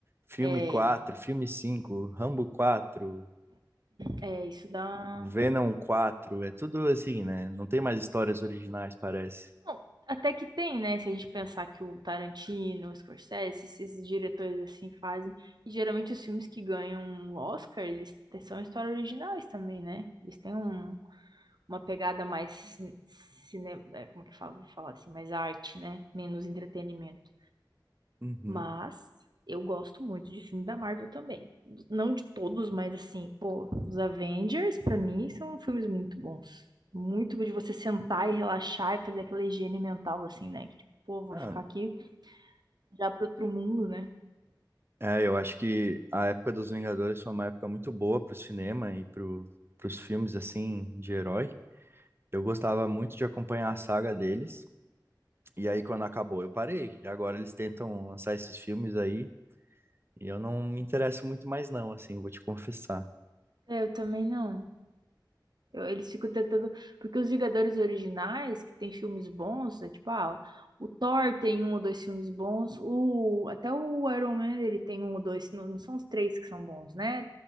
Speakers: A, on the right; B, on the right.
A: Filme
B: É,
A: 4, filme 5, Rambo 4.
B: é, isso dá.
A: Venom 4, é tudo assim, né? Não tem mais histórias originais, parece.
B: Não, Até que tem, né? Se a gente pensar que o Tarantino, o Scorsese, esses esses diretores assim fazem. E geralmente os filmes que ganham um Oscar, eles te- são histórias originais também, né? Eles têm um- uma pegada mais cinema, como que fala, vou falar assim, mais arte, né? Menos entretenimento.
A: Uhum.
B: Mas eu gosto muito de filme da Marvel também. Não de todos, mas assim, pô, os Avengers, pra mim, são filmes muito bons. Muito de você sentar e relaxar e fazer aquela higiene mental, assim, né? Que, tipo, pô, vou
A: Ah,
B: ficar aqui já pro outro mundo, né?
A: é, eu acho que a época dos Vingadores foi uma época muito boa pro cinema e pro, pros filmes, assim, de herói. Eu gostava muito de acompanhar a saga deles, e aí quando acabou eu parei. E agora eles tentam lançar esses filmes aí, e eu não me interesso muito mais não, assim, vou te confessar.
B: É, eu também não. Eu- eles ficam tentando. Porque os Vingadores originais, que tem filmes bons, é tipo, ah, o Thor tem um ou dois filmes bons. O, até o Iron Man, ele tem um ou dois. Não, não são os três que são bons, né?